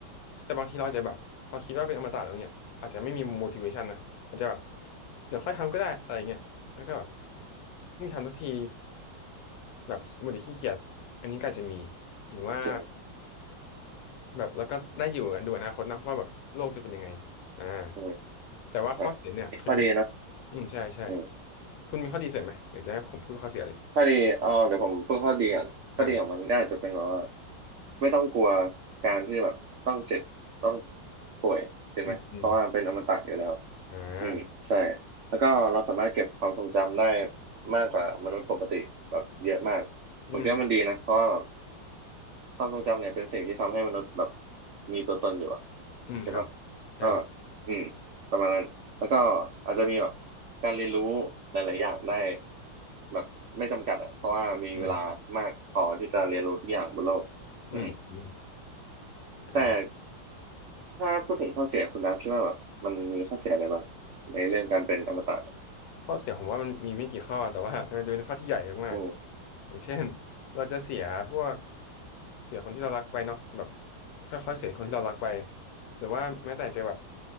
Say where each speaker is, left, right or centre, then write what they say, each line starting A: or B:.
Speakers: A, on the left (about 75°); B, on the right (about 80°).
A: แต่บางทีเราอาจจะแบบพอคิดว่าเป็นอมตะแล้วเนี่ยอาจจะไม่มี motivation นะอาจจะแบบเดี๋ยวค่อยทำก็ได้อะไรเงี้ยแล้วก็แบบไม่มีทำสักทีแบบหมดแต่ขี้เกียจอันนี้ก็อาจจะมีหรือว่า
B: จริง
A: แบบแล้วก็ได้อยู่ดูอนาคตเนาะว่าแบบโลกจะเป็นยังไงอ่า
B: อืม
A: แต่ว่าข้อเสียเนี่ยคือ
B: อ่ะข้อดีนะ
A: อืมใช่ใช่
B: อืม
A: คุณมีข้อดีเสริมไหมหรือจะให้ผมพูดข้อเสียเลย
B: ข้อดีเอาเดี๋ยวผมพูดข้อดีก่อนข้อดีของมันก็อาจจะเป็นแบบว่า
A: อ่า
B: ไม่ต้องกลัวการที่แบบต้องเจ็บต้องป่วยเห็นไหมเพราะว่าเป็นอมตะอยู่แล้ว
A: อืมอืมอ่า
B: อืมใช่แล้วก็เราสามารถเก็บความทรงจำได้มากกว่ามนุษย์ปกติแบบเยอะมากผมคิดว่ามันดีนะเพราะว่าแบบ
A: อืม
B: ความทรงจำเนี่ยเป็นสิ่งที่ทำให้มนุษย์แบบมีตัวตนอยู่อะ
A: อืมครับ
B: เห็นปะ
A: ใช่ใช่
B: ก็อืมประมาณนั้นแล้วก็อาจจะมีแบบการเรียนรู้หลายๆอย่างได้แบบไม่จำกัดอะเพราะว่ามีเวลามากพอที่จะเรียนรู้ทุกอย่างบนโลก
A: อืมอืมอืม
B: อืม
A: อ่า
B: แต่ถ้าพูดถึงข้อเสียคุณดาพี่ว่าแบบมันมีข้อเสียอะไรบ้างในเรื่องการเป็นอมตะ
A: ข้อเสียผมว่ามันมีไม่กี่ข้อแต่ว่ามันจะเป็นข้อที่ใหญ่มากๆอย่างเช่น
B: อืม
A: เราจะเสียพวกเสียคนที่เรารักไปเนาะแบบค่อยๆเสียคนที่เรารักไปหรือว่าแม้แต่จะแบบ